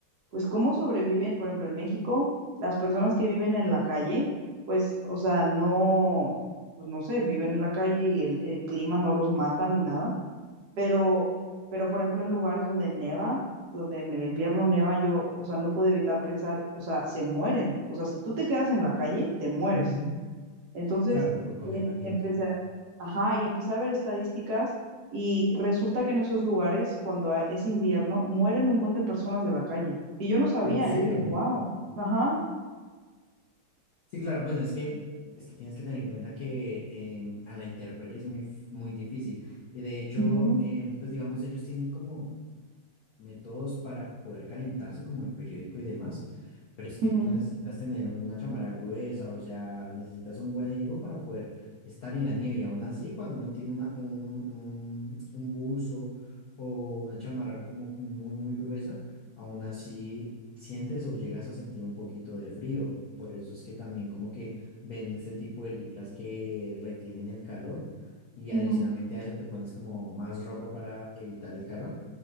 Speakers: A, on the right; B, on the left.
A: pues cómo sobreviven, por ejemplo, en México, las personas que viven en la calle, pues, o sea, no, pues no sé, viven en la calle y el, el clima no los mata ni nada, pero, pero por ejemplo, en lugares donde neva, donde en el invierno neva, yo, o sea, no pude evitar pensar, o sea, se mueren, o sea, si tú te quedas en la calle, te mueres.
B: Ujú.
A: Entonces,
B: Claro, por congelamiento.
A: em- empecé, a- ajá, y empecé a ver estadísticas y resulta que en esos lugares, cuando a- es invierno, mueren un buen de personas de la calle. Y yo no sabía,
B: ¿En serio?
A: yo dije, wow, ajá,
B: Sí, claro, bueno, es que es que tienes que tener en cuenta que em, a la intemperie es muy, f- muy difícil. Y de hecho,
A: ujú,
B: em, pues digamos, ellos tienen como métodos para poder calentarse, como el periódico y demás, pero es que
A: ujú,
B: tú necesitas tener una chamarra gruesa, o sea, necesitas un buen equipo para poder estar en la nieve. Y aún así, cuando uno tiene una, un, un, un buzo o una chamarra como que muy, muy gruesa, aún así sientes o llegas a sentir un poquito de frío. Por eso es que también como que ven este tipo de licras que retienen el calor y adicionalmente
A: ujú,
B: a eso te pones como más ropa para evitar el calor.